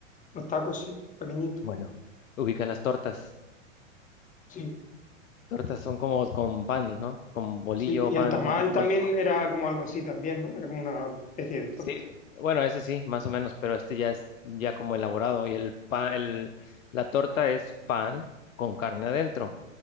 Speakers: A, on the left (about 20°); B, on the left (about 80°).
A: los tacos, sí, pequeñitos.
B: Bueno, ubicas las tortas.
A: Sí,
B: Tortas son como con pan, ¿no? Con bolillo,
A: sí, y
B: pan,
A: el tamal
B: no sé cómo
A: también
B: lo...
A: era como algo así también, ¿no? Era como una especie de torta.
B: Sí, bueno, ese sí, más o menos, pero este ya es ya como elaborado y el pan, el, la torta es pan con carne adentro.